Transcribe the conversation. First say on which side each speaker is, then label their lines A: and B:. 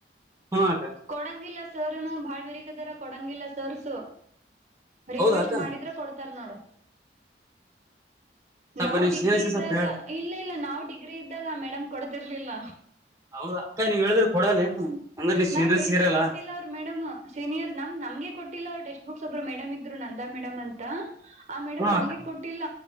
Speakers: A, on the right; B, on the right.
A: ಹಾ ಅಕ್ಕ
B: ಕೊಡಂಗಿಲ್ಲ ಸಾರನು ಬಾಳ್ ಬರಕದಾರ ಕೊಡಂಗಿಲ್ಲ. ಸರ್ಸು ರವೆಸ್ಟ್
A: ಹೌದಾಕ
B: ಮಾಡಿದ್ರೆ ಕೊಡ್ ತರ್ ನೋಡು
A: ಸ್ವಲ್ಪ
B: ನಾವುನು
A: ನೀವು
B: ಡಿಗ್ರಿ
A: ಸೀನಿಯರ್ಸ್
B: ಇದ್ದಾಗ
A: ಸ್ವಲ್ಪ ಹೇಳ
B: ಇಲ್ಲ ಇಲ್ಲ ನಾನ್- ಡಿಗ್ರಿ ಇದ್ದಾಗ ಮೇಡಮ್ ಕೊಡ್ತಿರ್ಲಿ. ಲ್ಲ
A: ಹೌದಾ ಅಕ್ಕ ನೀವ್ ಹೇಳಿದ್ರೆ ಕೊಡಲ್ಲ ಏನು ಅಂದ್ರೆ ನೀವ್ ಸೀನಿಯರ್ಸ್
B: ನಾವ್ ಹೇಳಿದ್ರೆ
A: ಇರಲ್ಲ
B: ಕೊಟ್ಟಿಲ್ಲ ಅವರು ಮೇಡಮ್ ಸೀನಿಯರ್ ನಮ ನಮ್ಗೆ ಕೊಟ್ಟಿಲ್ಲ ಅವ್ರ ಟ ಎಷ್ಟ ಒಬ್ರು ಮೇಡ್ ಇದ್ರು ನ ಅ ಮೇಡಮ್ ಅಂತ ಆ ಮೇಡಮ್
A: ಹಾ
B: ನಮ್ಗೆ
A: ಅಕ್ಕ
B: ಕೊಟ್ಟಿಲ್ಲ